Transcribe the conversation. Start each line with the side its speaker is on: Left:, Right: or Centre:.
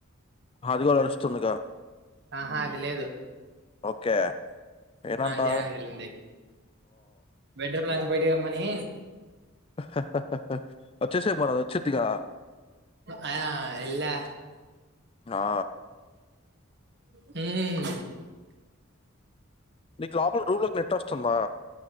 Left: అది కూడా అరుస్తుందిగా
Right: ఆహా అది లేదు
Left: ఓకే. ఏనంట?
Right: స్నానం చేయడానికి వెళ్ళింది బెడ్ రూమ్లా బయటికి రమ్మని
Left: హా హా హా హా అచ్చేసేయ్ పోరాదు అచ్చిద్దిగా
Right: అయా ఎల్లా
Left: ఆ!
Right: హ్మ్
Left: నీ క్లబ్ రూకి నెట్టొస్తుందా